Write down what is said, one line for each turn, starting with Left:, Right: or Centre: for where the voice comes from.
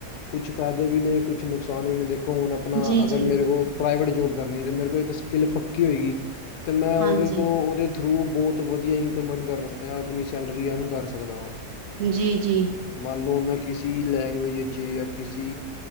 Left: ਕੁਛ ਫ਼ਾਇਦੇ ਵੀ ਨੇ, ਕੁਛ ਨੁਕਸਾਨ ਵੀ ਨੇ, ਦੇਖੋ ਹੁਣ ਆਪਣਾ
Right: ਜੀ
Left: ਅਗਰ
Right: ਜੀ
Left: ਮੇਰੇ ਕੋਲ ਪ੍ਰਾਈਵੇਟ ਜੋਬ ਕਰਨੀ ਤੇ ਮੇਰੇ ਕੋਲ ਇੱਕ ਸਕਿੱਲ ਪੱਕੀ ਹੋਏਗੀ, ਤੇ ਮੈਂ ਉਹਦੇ
Right: ਹਾਂਜੀ
Left: ਤੋਂ ਉਹਦੇ ਥਰੂ ਬਹੁਤ ਵਧੀਆ ਇਨਕਮ ਅਨ ਆਪਣੀ ਸੈਲਰੀ ਅਰਨ ਕਰ ਸਕਦਾ ਵਾਂ।
Right: ਜੀ-ਜੀ।
Left: ਮੰਨ ਲਓ ਹੁਣ ਮੈਂ ਕਿਸੇ ਲੈਂਗਏਜ ਵਿੱਚ ਜਾਂ ਕਿਸੇ